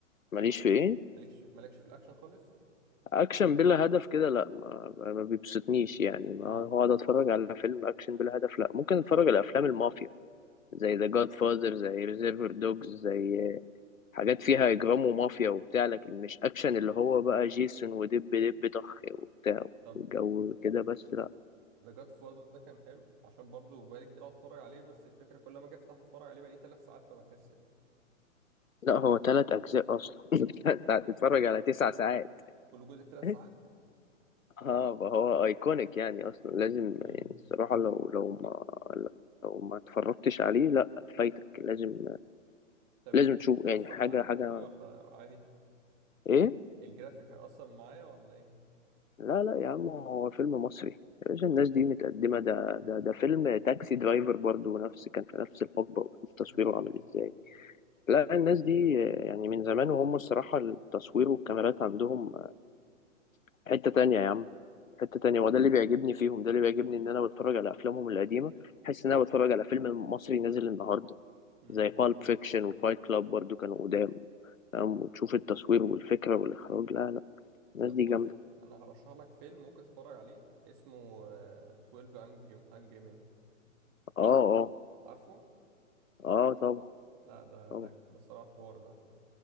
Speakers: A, on the left; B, on the right.
A: ماليش في إيه
B: مالكش مالكش في الاكشن خالص
A: اكشن بلا هدف كده لا ما, ما بيبسطنيش يعني ما
B: امم
A: هو اقعد اتفرج على فيلم اكشن بلا هدف لا ممكن اتفرج على افلام المافيا زي ذا جاد فازر زي ريزيرفر دوجز زي حاجات فيها اجرام ومافيا وبتاع لكن مش اكشن اللي هو بقى جيسون ودب دب طخ وبتاع
B: طب
A: وجو كده بس لا
B: ذا جاد فازر ده كان حلو عشان برضه بقالي كتير قاعد اتفرج عليه بس الفكره كل ما اجي افتح اتفرج عليه بقالي ثلاث ساعات فبكسل
A: لا هو ثلاث اجزاء اصلا <laughs> انت هتتفرج
B: وكله
A: على تسع
B: كله
A: ساعات
B: كل جزء ثلاث
A: <laughs>
B: ساعات
A: اه فهو ايكونيك يعني اصلا لازم
B: امم
A: يعني الصراحه لو لو ما لو ما اتفرجتش عليه لا فايتك لازم
B: <laughs> طب
A: لازم
B: الجرافيك
A: تشوف يعني
B: هيأثر
A: حاجة
B: معايا في
A: حاجة
B: الفي ولا عادي
A: إيه؟
B: الجرافيك هيأثر معايا ولا ايه
A: لا لا يا عم هو فيلم مصري يا باشا الناس دي متقدمة ده ده ده فيلم تاكسي درايفر برضو نفس كان في نفس الحقبة وشوف تصويره
B: امم
A: عامل إزاي لا الناس دي يعني من زمان وهم الصراحة التصوير والكاميرات عندهم حتة تانية يا عم حتة تانية وده اللي بيعجبني فيهم ده اللي بيعجبني إن أنا بتفرج على أفلامهم القديمة بحس إن أنا بتفرج على فيلم مصري نازل النهاردة
B: طب
A: زي بالب فيكشن وفايت كلاب برضو كانوا قدام فاهم وتشوف التصوير والفكرة والإخراج لا لا الناس
B: طب
A: دي
B: بص
A: جامدة
B: انا هرشح لك فيلم ممكن تتفرج عليه اسمه آه، 12 انجري انجري مان
A: اه اه
B: عارفه
A: اه طبعا
B: لا ده
A: طبعا
B: ده ده الصراحه حوار ده